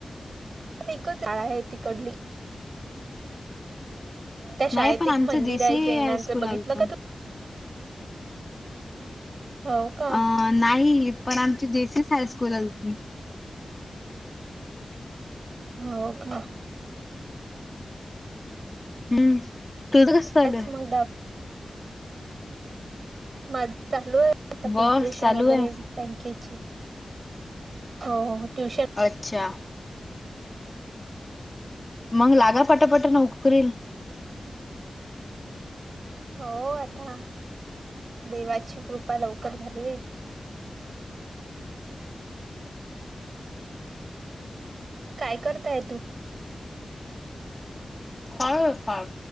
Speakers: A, on the right; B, on the left.
A: एकच शाळा आहे तिकडली. त्या शाळेत
B: नाही पण
A: एक
B: आमचं
A: मंदिर
B: जेसी
A: आहे, जैनांचं
B: हायस्कूल
A: बघितलं
B: आलत
A: का तू? हो का
B: अ नाही पण आमची जेसीस हायस्कूल अलती.
A: हो का.
B: हम्म तुझं कसं
A: त्याच
B: चालूय.
A: मग माझ चालू आहे आता
B: बस
A: प्रिप्रेशन
B: चालू
A: वगैरे
B: आहे
A: बँकेची हो ट्युशन
B: अच्छा मग लागा पटापट नोकरीला.
A: श हो आता देवाची कृपा लवकर झाली हो ह काय करताय तू?
B: काय <unintelligible>